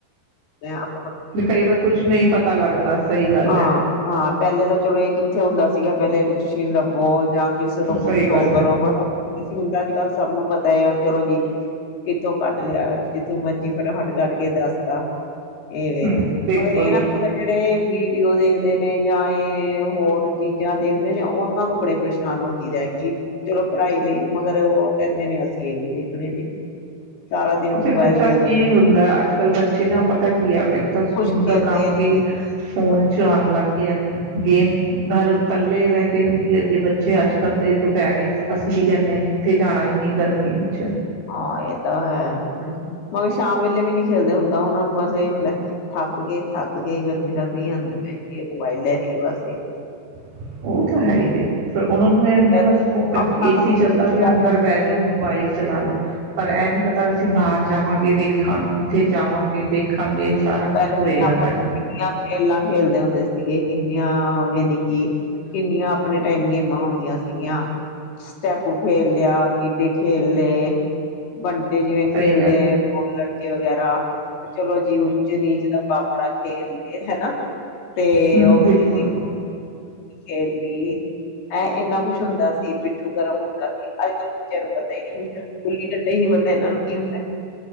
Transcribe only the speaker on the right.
ਤੇ ਕਈ ਵਾਰ ਕੁਛ ਨਹੀਂ ਪਤਾ ਲੱਗਦਾ ਸਹੀ ਗੱਲ
ਹੈ
ਸਹੀ ਗੱਲ
ਹੈ।
ਦੀ
ਹੂੰ ਬਿਲਕੁਲ
ਫੇਿਰ ਬੱਚਾ
ਕੀ ਹੁੰਦਾ ਅੱਜ ਕੱਲ੍ਹ ਬੱਚੇ ਦਾ ਪਤਾ ਕੀ ਆ ਇੱਕ ਤਾਂ ਸਕੂਲ
ਦਾ ਕੰਮ
ਵੀ ਫੋਨ ਚ ਆਉਣ ਲੱਗ ਗਿਆਿਆ ਗੇਮ ਘਰ ਇਕੱਲੇ ਬਹਿ ਵੀ ਜੜੀਏ ਬੱਚੇ ਅੱਜ ਕੱਲ੍ਹ ਦੇ ਦੁਪਹਿਰੇ ਅਸੀਂ ਹੀ ਕਹਿੰਦੇ ਹਾਂ ਕਿੱਥੇ ਜਾਣਾ ਇੰਨੀ ਗਰਮੀ ਵਿੱਚ
<unintelligible> ਉਹਨਾਂ ਨੂੰ ਇਹ ਕਹਿੰਦਾ
ਬਸ
ਏ
ਸੀ
ਚੱਲਦਾ ਪਿਆ ਅੰਦਰ ਬਹਿ ਜਾਓ ਮੌਬਾਈਲ ਚਲਾ ਲਓ ਪਰ ਇਹ ਨੀ ਪਤਾ ਅਸੀਂ ਬਾਹਰ ਜਾਵਾਂਗੇ ਵੇਖਾਂ ਇੱਥੇ ਜਾਵਾਂਗੇ ਦੇਖਾਂਗੇ ਸਾਰਾ ਕੁਛ
ਹੋਏਗਾ
ਸਾਡਾ
ਖੇਡ
ਲਏ ਪੱਟੀ
ਸੀ ਹਨਾ ਹਮ
ਬਿਲਕੁਲ